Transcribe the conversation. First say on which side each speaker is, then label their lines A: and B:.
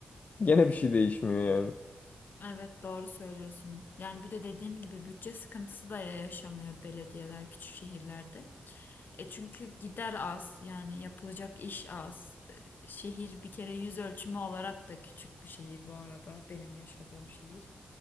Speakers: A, on the left; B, on the left.
A: Gene bir şey değişmiyor yani.
B: Evet doğru söylüyorsun. Yani bir de dediğim gibi bütçe sıkıntısı da yaşamıyor belediyeler küçük şehirlerde. E çünkü gider az yani yapılacak iş az. E, Şehir bir kere yüz ölçümü olarak da küçük bir şehir bu arada benim yaşadığım şehir.